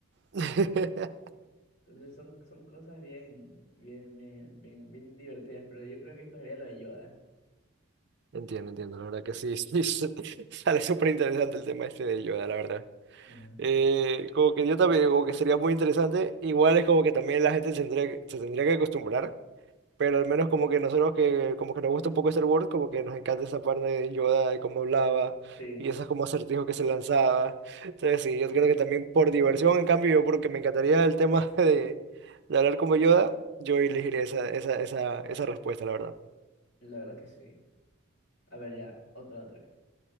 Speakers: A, on the right (about 55°); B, on the left (about 55°).
A: <laughs>
B: Entonces son, son cosas bien, bien, bien, bien, bien divertidas, pero yo creo que escogería lo de Yoda.
A: Entiendo, entiendo, la verdad que sí, sí, sí, <laughs> sale súper interesante el tema este de Yoda, la verdad.
B: Ajá.
A: Eh, como que yo también, como que sería muy interesante, igual es como que también la gente se tendría, que- se tendría que acostumbrar Pero al menos como que nosotros que como que nos gusta un poco Star Wars, como que nos encanta esa parte de Yoda, de cómo hablaba
B: Sí,
A: y esos como acertijos que se lanzaba. Entonces sí, yo creo que también por diversión, en cambio, yo porque me encantaría el tema <laughs> de, de hablar como Yoda, yo elegiría esa, esa, esa, esa respuesta, la verdad.
B: <laughs> la verdad que sí. A ver ya, otra, otra.